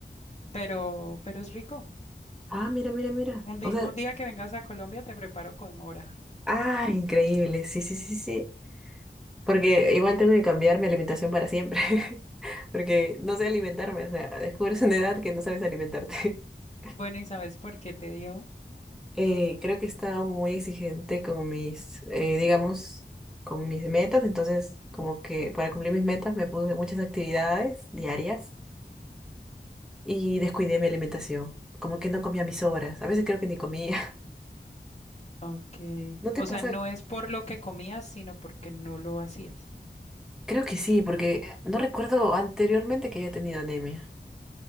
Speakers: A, on the left; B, in the centre.
A: pero pero es rico.
B: Ah, mira, mira, mira.
A: Un di-
B: O sea,
A: un día que vengas a Colombia te preparo con mora.
B: Ah, increíble. Sí, sí, sí, sí. Porque igual tengo que cambiar mi alimentación para siempre. <laughs> Porque no sé alimentarme. O sea, descubres una edad que no sabes alimentarte. <laughs>
A: Bueno, ¿y sabes por qué te dio?
B: Eh, creo que he estado muy exigente con mis, eh, digamos, con mis metas. Entonces, como que para cumplir mis metas me puse muchas actividades diarias y descuidé mi alimentación. Como que no comía mis horas. A veces creo que ni comía.
A: Ok.
B: <laughs> ¿No te
A: O
B: pasa?
A: sea, no es por lo que comías, sino porque no lo hacías.
B: Creo que sí, porque no recuerdo anteriormente que haya tenido anemia.